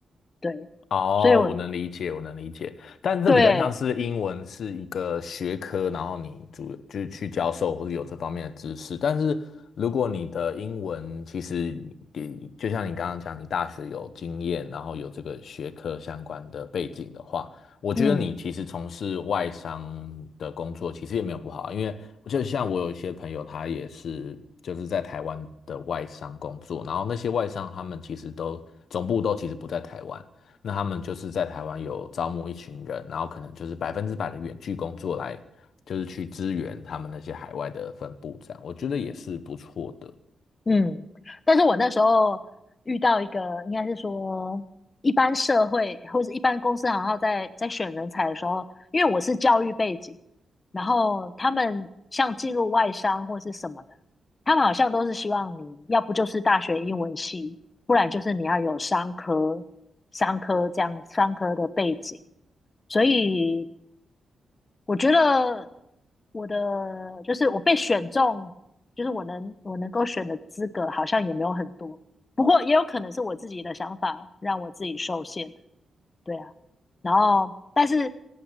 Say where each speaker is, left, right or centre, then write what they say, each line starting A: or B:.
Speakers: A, on the left; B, on the left.
A: 对，
B: 哦，
A: 所以我
B: 我能理解，我能理解，但这比较像是英文是一个学科，
A: 对，
B: 然后你主就是去教授或者有这方面的知识。但是如果你的英文其实你就像你刚刚讲，你大学有经验，然后有这个学科相关的背景的话，我觉得你其实从事外商的工作其实也没有不好啊，
A: 嗯。
B: 因为就像我有一些朋友，他也是就是在台湾的外商工作，然后那些外商他们其实都总部都其实不在台湾。那他们就是在台湾有招募一群人，然后可能就是百分之百的远距工作来，就是去支援他们那些海外的分部，这样我觉得也是不错的。
A: 嗯，但是我那时候遇到一个，应该是说一般社会或者一般公司行号在在选人才的时候，因为我是教育背景，然后他们像进入外商或是什么的，他们好像都是希望你要不就是大学英文系，不然就是你要有商科、商科这样商科的背景，所以我觉得我的就是我被选中，就是我能我能够选的资格好像也没有很多，不过也有可能是我自己的想法让我自己受限。对啊，然后但是